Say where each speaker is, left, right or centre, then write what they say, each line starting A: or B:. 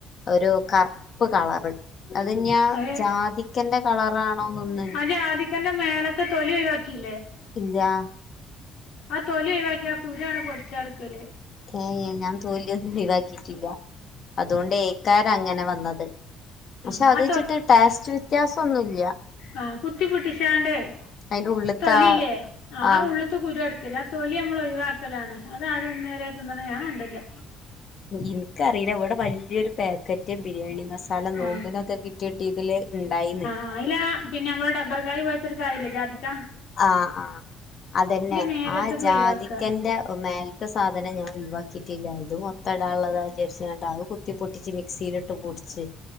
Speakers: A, on the left (about 45°); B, on the left (about 85°).
A: ഒര് കറ്പ്പ് കളറ് അത് ഇഞാഹ്
B: അത്
A: ജാതിക്കെന്റെ കളറാണൊ ഒന്നും
B: ആ ജാതിക്കന്റെ മേലത്തെ തൊലി ഒഴിവാക്കിയില്ലേ
A: ഇല്ല്യാ
B: ആ തൊലി ഒഴിവാക്കി ആ കുരു ആണ് പൊടിച്ചാട്ക്കല്
A: ഏഹ് ഞാൻ തൊല്യൊന്നും ഒഴിവാക്കിയിട്ടില്ല അതോണ്ടേ കാര അങ്ങനെ വന്നത്
B: ആ
A: പക്ഷെ അത്
B: ആ
A: വെച്ചിട്ട് ടേസ്റ്റ് വ്യത്യാസം ഒന്നുംല്ല
B: ആഹ് കുത്തി പൊട്ടിച്ചാണ്ട്
A: അയിന്റെ ഉള്ള്ത്തെ
B: തൊലില്ലേ ആ
A: ആഹ്
B: ഉള്ള് ത്ത് കുരു എടുക്കല് ആ തൊലി അമ്മള് ഒയിവാക്കലാണ് അത് ആരും ഇന്നേ വരെ തിന്ന്ണെ ഞാൻ കണ്ട്ല്ല
A: ഇൻക്കറീല ഇവടെ വല്യയൊരു പാക്കറ്റ് ബിരിയാണി മസാല നോമ്പിനൊക്കെ
B: ആ
A: കിറ്റ് ട്ടീ ഇതിൽ ഇണ്ടായിന്ന്
B: ആയ്ലാ പിന്നെ അമ്മള് ഡബർകായി പോലെത്തൊ ഒരു കായില്ലേ ജാദിക്കാ
A: ആഹ് ആ അതെന്നെ
B: മേലത്തത്
A: ആ ജാതിക്കന്റെ
B: ഒഴിവാക്കുക
A: മേൽ ത്ത സാധനം ഞാൻ ഒഴിവാക്കിയിട്ടില്ലാ ഇത് മൊത്തടാള്ളതാ വിജാരിചാണ്ട് അഹ് കുത്തി പൊട്ടിച്ച് മിക്സിയിലിട്ട് പൊടി ച്ച്